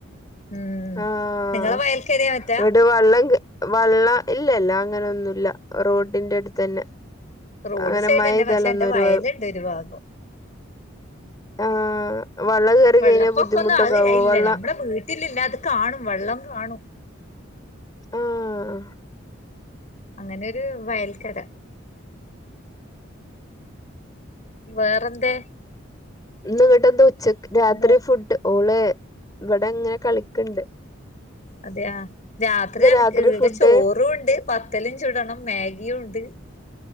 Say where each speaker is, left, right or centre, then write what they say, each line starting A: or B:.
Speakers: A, on the left; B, on the left.
A: ഉം
B: ആഹ
A: നിങ്ങളെ വയൽക്കരയാ മറ്റാ
B: ഇവടെ വള്ളം കേ വള്ള ഇല്ലല്ല അങ്ങനെയൊന്നുല്ല. റോഡിന്റെ അടുത്തന്നെ.
A: റോഡ്
B: അങ്ങനെ
A: സൈഡ്
B: മഴെയ്താലൊന്നും
A: തന്നെ. പക്ഷെ എന്റെ
B: ഒരു
A: വയലുണ്ട്
B: കൊഴ
A: ഒരു ഭാഗം.
B: ആഹ് വള്ളം കേറി
A: വെള്ളപ്പൊക്കൊന്നും
B: കഴിഞ്ഞാ ബുദ്ധിമുട്ടൊക്കെ
A: അത്
B: ആവോ
A: ഇല്ല.
B: വള്ളം
A: നമ്മടെ <unintelligible> ത്തില്ലില്ല അത് കാണും. വെള്ളം കാണും.
B: ആഹ്
A: അങ്ങനൊരു വയൽക്കര. വേറന്തേ?
B: ഇന്ന് ഇവിടെ എന്താ ഉച്ചക്ക് രാത്രി
A: മോ
B: ഫുഡ്. ഓള് ഇവിടെ അങ്ങനെ കളിക്കണ്ട്.
A: അതെയ. രാത്രിയാണ്
B: രാത്രി
A: ഈടെ
B: ഫുഡ്
A: ചോറും ഉണ്ട്, പത്തലും ചൂടണം, മാഗിയും ഉണ്ട്.